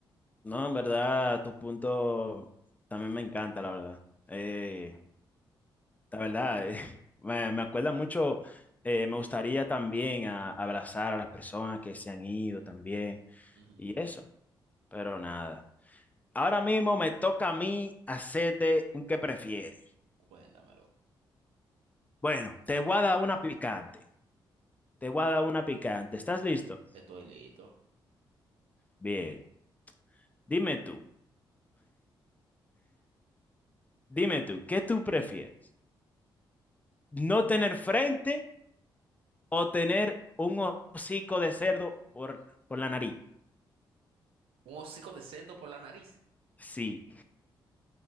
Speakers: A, on the left; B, on the right.
A: No, en verdad, tu punto también me encanta, la verdad. Eh, La verdad, eh, <laughs> me, me acuerda mucho, eh, me gustaría también a- abrazar a las personas que se han ido también
B: Ujú.
A: y eso, pero nada. Ahora mismo me toca a mí hacerte un que prefieres.
B: Cuéntamelo.
A: Bueno, te voy a dar una picante, te voy a dar una picante. ¿Estás listo?
B: Estoy listo.
A: Bien, dime tú, dime tú, ¿qué tú prefieres? ¿No tener frente o tener un hocico de cerdo por, por la nariz?
B: Un hocico de cerdo por la nariz.
A: Sí.